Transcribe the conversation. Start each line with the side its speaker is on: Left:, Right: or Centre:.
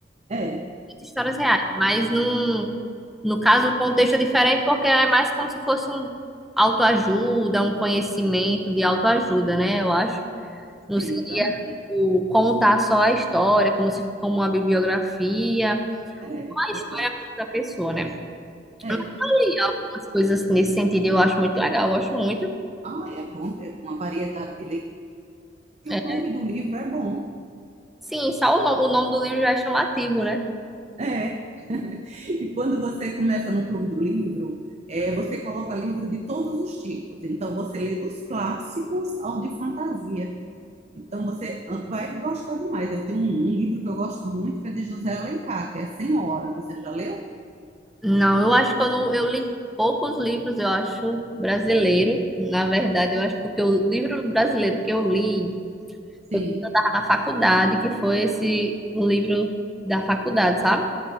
Right: É,
Centre: Histórias reais, mas num, no caso o contexto é diferente porque é mais como se fosse um autoajuda, um conhecimento de autoajuda, né? Eu acho. Não
Right: sim,
Centre: seria,
Right: também.
Centre: tipo, contar só a história, como se como uma bibliografia,
Right: É,
Centre: uma
Right: verdade.
Centre: história da pessoa, né?
Right: É.
Centre: Eu li algumas coisas nesse sentido, e eu acho muito legal, eu gosto muito.
Right: Ah, é bom ter uma variedade de leitura, porque
Centre: É,
Right: o clube do livro é bom.
Centre: Sim, só o, no- o nome do livro já é chamativo, né?
Right: É. E quando você começa no clube do livro, é, você coloca livro de todos os tipos. Então, você lê dos clássicos ao de fantasia. Então, você ah, vai gostar demais. Eu tenho um, um livro que eu gosto muito, que é de José Alencar, que é Senhora. Você já leu?
Centre: Não, eu acho que eu não, eu li poucos livros, eu acho, brasileiro. Na verdade, eu acho que o que eu- o livro brasileiro que eu li
Right: Sim,
Centre: foi quando eu estava na faculdade, que foi esse o livro da faculdade, sabe?